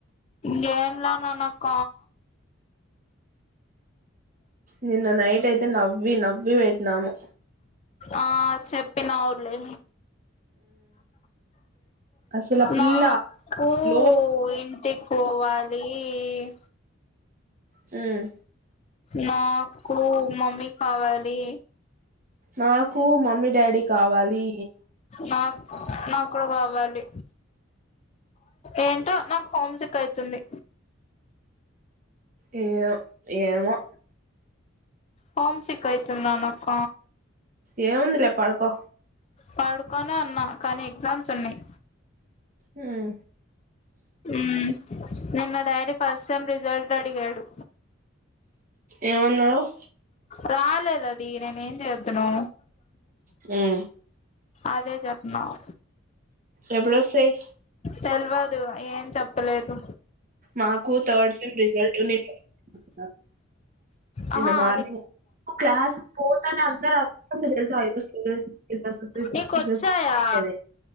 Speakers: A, on the left (about 30°); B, on the right (about 40°).
A: యెన్నల్ల ననక
B: నిన్న నైట్ అయితే నవ్వి నవ్వి వెట్టిన్నాము.
A: ఆ చెప్పినావు లే
B: అసలు ఆ పిల్ల
A: నాకూ
B: లో
A: ఇంటిక్ పోవాలి. ఏ
B: మ్
A: నాకూ మమ్మీ కావాలి.
B: నాకు మమ్మీ డాడీ కావాలి
A: నాక్ నాకు కావాలి. ఏంటో నాకు హోమ్ సిక్ అయితుంది.
B: యో ఏమో
A: హోమ్ సిక్ అయితున్నాను అక్క
B: ఏముందిలే పడుకో
A: పడుకునే ఉన్న కానీ ఎగ్జామ్స్ ఉన్నాయి
B: ఉమ్
A: మ్ నిన్న డాడీ ఫస్ట్ సెమ్ రిజల్ట్ దడిగాడు.
B: ఏమన్నవ్
A: రాలేదది నేనేఏం చేత్తును.
B: హమ్
A: అదే చెప్నావు
B: ఎపుడొస్సాయ్.
A: తెల్వదు ఏం చెప్పలేదు
B: మాకు థర్డ్ <unintelligible> నిన్న
A: ఆహా
B: మార్నింగ్
A: అది
B: క్లాస్ పోతానే అందరూ <unintelligible>
A: నీకొచ్చాయా